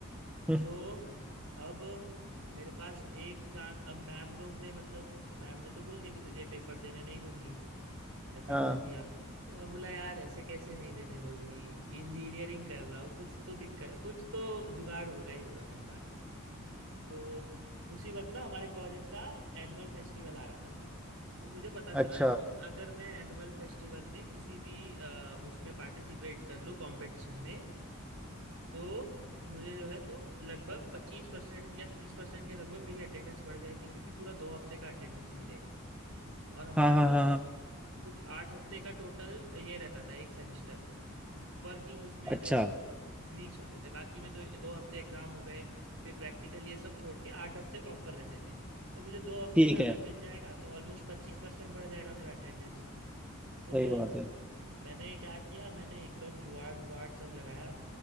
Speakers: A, in the centre; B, on the right.
A: हम्म,
B: तो अब मेरे पास एक चांस अब मैम लोग ने मतलब मैम ने तो बोल दिया कि तुझे पेपर देने नहीं दूंगी ऐसा
A: हाँ
B: बोल दिया मैं बोला यार ऐसे कैसे नहीं देने दूंगी इंजीनियरिंग कर रहा हूँ कुछ तो दिक्कत कुछ तो जुगाड़ होगा ही होगा मेरे पास तो उसी वक्त ना हमारे कॉलेज का एनुअल फेस्टिवल आ रहा था तो मुझे पता चला
A: अच्छा
B: कि अगर मैं एनुअल फेस्टिवल में किसी भी अ, उसमें पार्टिसिपेट कर लूँ कंपटीशन में तो मुझे जो है तो लगभग पच्चीस परसेंट या तीस परसेंट के लगभग मेरी अटेंडेंस बढ़ जाएगी क्योंकि पूरा दो हफ्ते का अटेंडेंस मिलेगा और हमारा
A: हाँ हाँ
B: कुछ
A: हाँ हाँ,
B: कुछ आठ हफ्ते का टोटल ये रहता था एक सेमेस्टर वर्किंग उसमें
A: अच्छा
B: जो वीक्स होते थे बाकी में तो दो हफ्ते एग्जाम हो गए फिर प्रैक्टिकल ये सब छोड़ के आठ हफ्ते प्रॉपर रहते थे तो मुझे दो हफ्ते
A: ठीक
B: का अगर
A: है
B: मिल जाएगा तो ऑलमोस्ट पच्चीस परसेंट बढ़ जाएगा मेरा अटेंडेंस तो
A: सही बात है
B: मैंने क्या किया मैंने एकदम जुगाड़ उगाड़ सब लगाया